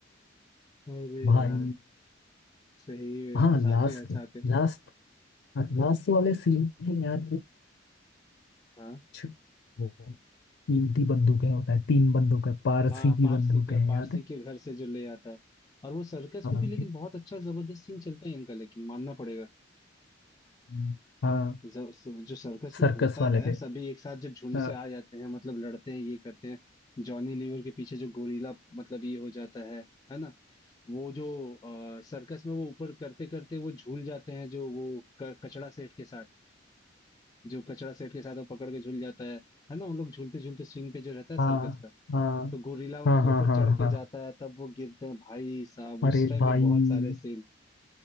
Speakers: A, on the left (about 20°); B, on the left (about 70°).
A: अरे
B: भाई
A: यार सही
B: हाँ
A: में हंसाते
B: लास्ट
A: हंसाते
B: लास्ट लास्ट वाले सीन में यार
A: हाँ
B: छ- वो कीमती बंदूकें होता है तीन बंदूकें पारसी
A: हाँ
B: की
A: पारसी
B: बंदूकें
A: का
B: हैं
A: पारसी
B: याद है
A: के घर से जो ले आता है और वो सर्कस
B: हाँ
A: पे भी लेकिन बहुत अच्छा जबरदस्त सीन चलता है इनका लेकिन मानना पड़ेगा
B: हम्म। हाँ
A: ज- स- जो सर्कस में
B: सर्कस
A: होता
B: वाले
A: है
B: पे
A: सभी एक साथ जो झुंड
B: हाँ
A: से आ जाते हैं मतलब लड़ते हैं ये करते हैं जॉनी लीवर के पीछे जो गोरीला मतलब ये हो जाता है है ना वो जो अ, सर्कस में वो ऊपर करते करते वो झूल जाते हैं जो वो क, कचड़ा सेठ के साथ जो कचड़ा सेठ के साथ वो पकड़ के झूल जाता है है ना उन लोग झूलते झूलते स्विंग पे जो रहता है सर्कस
B: हाँ
A: का
B: हाँ
A: तो गोरीला उनके
B: हाँ हाँ
A: ऊपर
B: हाँ
A: चढ़ के
B: हाँ।
A: जाता है तब वो गिरते हैं भाई साहब उस
B: अरे
A: टाइम
B: भाई
A: भी बहुत सारे सीन